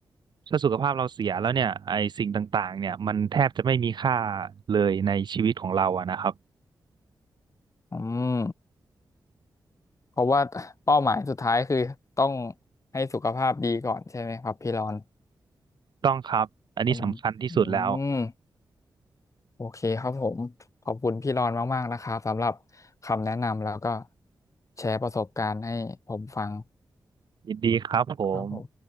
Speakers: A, on the right (about 65°); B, on the left (about 40°).
A: ถ้าสุขภาพเราเสียแล้วเนี่ยไอสิ่งต่างๆเนี่ยมันแทบจะไม่มีค่าเลยในชีวิตของเราอะนะครับ
B: อืม เพราะว่าเป้าหมายสุดท้ายคือต้องให้สุขภาพดีก่อนใช่ไหมครับพี่รอน
A: ต้องครับอันนี้สำคัญที่สุดแล้ว
B: ประมาณอืมโอเคครับผมขอบคุณพี่รอนมากๆนะครับสำหรับคำแนะนำแล้วก็แชร์ประสบการณ์ให้ผมฟัง
A: ยินดีครับผม
B: ครับผม